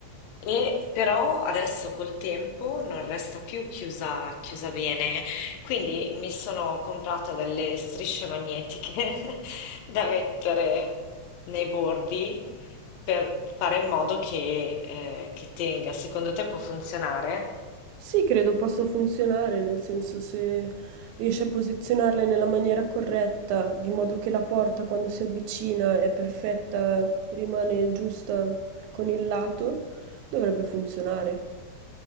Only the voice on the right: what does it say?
Sì, credo possa funzionare, nel senso se riesci a posizionarle nella maniera corretta, di modo che la porta quando si avvicina è perfetta, rimane giusta con il lato, dovrebbe funzionare.